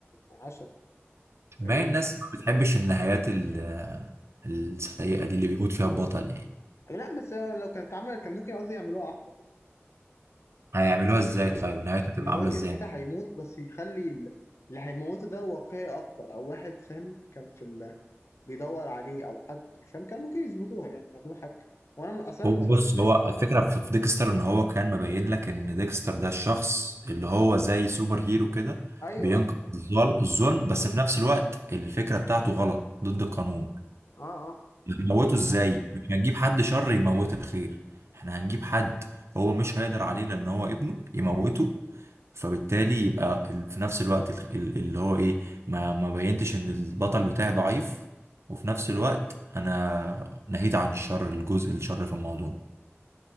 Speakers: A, on the left (about 75°); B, on the right (about 70°).
A: 10 تقريبا
B: ما هي الناس ما بتحبش النهايات ال- السيئة دي اللي بيموت فيها البطل يعني
A: لا بس هو لو كانت اتعملت كان ممكن قصدي يعملوها احسن
B: هيعملوها إزاي
A: ممكن
B: طيب نهايته تبقى
A: ان هو
B: عاملة
A: كده
B: إزاي
A: كده هيموت بس يخلي ال- اللي هيموته ده واقعي اكتر او واحد فاهم كان في ال... بيدور عليه او حد يعني فاهم كان ممكن يظبطوها يعني يعملوا حاجه وانا من... اصلا
B: هو
A: ما
B: بص
A: اتفرجتش
B: هو
A: لسه
B: الفكرة في في ديكستر إن هو كان مبين لك إن ديكستر ده الشخص اللي هو زي سوبر هيرو كده
A: ايوه
B: بينقذ الظل- الظلم بس في نفس الوقت الفكرة بتاعته غلط ضد القانون
A: اه اه
B: هنموته ازاي
A: اه
B: مش هنجيب حد شر يموت الخير احنا هنجيب حد هو مش هيقدر عليه لان هو ابنه يموته فبالتالي يبقى ال- في نفس الوقت الخ- ال- اللي هو ايه ما ما بينتش ان البطل بتاعي ضعيف وفي نفس الوقت انا نهيت عن الشر الجزء الشر في الموضوع